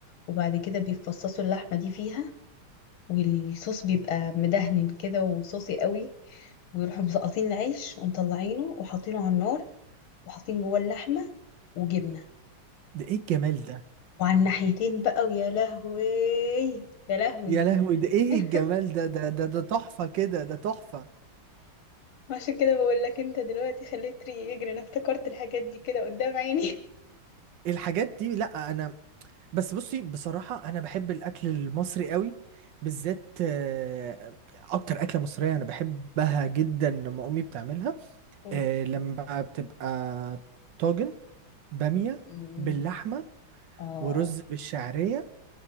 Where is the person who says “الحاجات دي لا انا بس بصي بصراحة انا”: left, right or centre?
Right